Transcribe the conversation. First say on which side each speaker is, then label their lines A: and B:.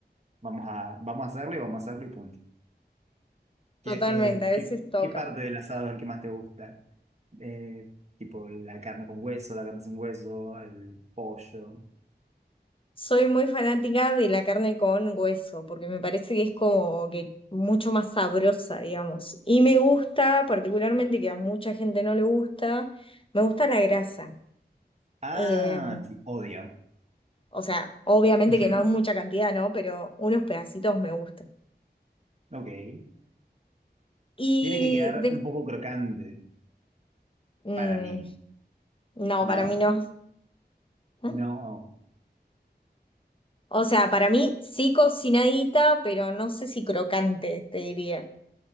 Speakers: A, on the right; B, on the left.
A: vamos a, vamos a hacerlo y vamos a hacerlo y punto. ¿Qué,
B: Totalmente,
A: eh,
B: a
A: qué,
B: veces toca.
A: qué parte del asado es el que más te gusta? Eh, tipo la carne con hueso, la carne sin hueso, el pollo.
B: Soy muy fanática de la carne con hueso, porque me parece que es como que mucho más sabrosa, digamos. Y me gusta, particularmente, que a mucha gente no le gusta, me gusta la grasa.
A: Ah,
B: Eh,
A: sí, odio.
B: o sea, obviamente
A: <laughs>
B: que no en mucha cantidad, ¿no? Pero unos pedacitos me gustan.
A: Ok.
B: Y
A: Tiene que quedar
B: de-
A: un poco crocante
B: mm,
A: para mí,
B: no,
A: ¿no?
B: para mí no. <laughs>
A: No,
B: O sea, para mí sí cocinadita, pero no sé si crocante, te diría.